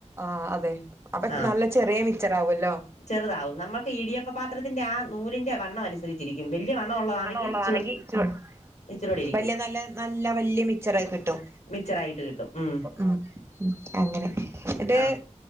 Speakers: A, on the right (about 20°); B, on the left (about 75°).
A: ആ അതെ അപ്പൊ
B: ആഹ്
A: നല്ല ചെറിയ മിച്ചർ ആാവല്ലോ
B: ചെറുതാവും നമുക്ക് ഇടിയപ്പ പാത്രത്തിന്റെ ആ നൂലിന്റെ വണ്ണം അനുസരിച്ചു ഇരിക്കും വലിയ വണ്ണം ഉള്ളതാണെങ്കിൽ
A: ഉള്ളതാണെങ്കി
B: ഇ
A: ഇച്ചിരി ആഹ്
B: മച്ചറോടി ഇരിക്കും
A: വലിയ നല്ല നല്ല വലിയ മിച്ചറായി കിട്ടും
B: മിച്ചറായിട്ട് കിട്ടും ഉ
A: ഉം അങ്ങനെ. എന്നട്ട്
B: ആഹ്